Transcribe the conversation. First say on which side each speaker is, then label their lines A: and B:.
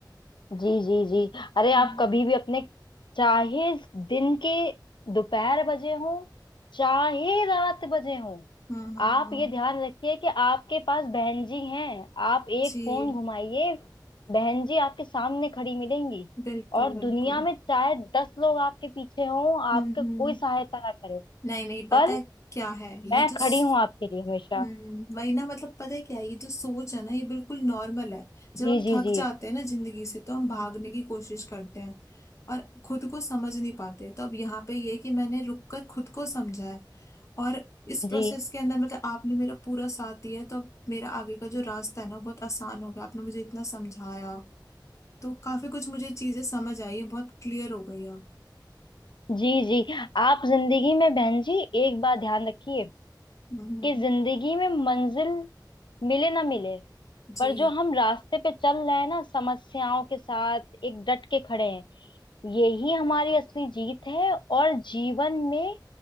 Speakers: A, on the left; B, on the left.
A: जी जी जी अरे
B: हम्म
A: आप कभी भी अपने चाहे दिन के दोपहर बजे हो चाहे रात बजे हो
B: हम्म हम्म,
A: आप
B: हम्म,
A: ये ध्यान रखिए कि आपके पास बहन जी हैं आप एक
B: जी
A: फोन घुमाइए बहन जी आपके सामने खड़ी मिलेंगी
B: बिल्कुल
A: और
B: बिल्कुल
A: दुनिया में चाहे दस लोग आपके पीछे हों आपके
B: हम्म हम्म
A: कोई सहायता ना करे
B: नहीं नहीं पता
A: पर
B: है क्या है ये
A: मैं
B: जो
A: खड़ी
B: स-
A: हूँ आपके लिए हमेशा
B: हम्म वही ना मतलब पता है क्या है, ये जो सोच है ना ये बिल्कुल नॉर्मल है जब
A: जी
B: हम
A: जी
B: थक
A: जी
B: जाते हैं ना जिंदगी से तो हम भागने की कोशिश करते हैं और खुद को समझ नहीं पाते तो अब यहाँ पे ये है कि मैंने रुक कर खुद को समझा है और इस प्रोसेस
A: जी
B: के अंदर मतलब आपने मेरा पूरा साथ दिया है, तो अब मेरा आगे का जो रास्ता है ना वो बहुत आसान हो गया आपने मुझे इतना समझाया तो काफी कुछ मुझे चीजें समझ आई है बहुत क्लियर हो गई अब
A: जी जी आप जिंदगी में बहन जी एक बात ध्यान रखिए
B: हम्म
A: कि जिंदगी में मंजिल मिले ना मिले
B: जी
A: पर जो हम रास्ते पे चल रहे हैं ना समस्याओं के साथ एक डट के खड़े हैं यही हमारी असली जीत है और जीवन में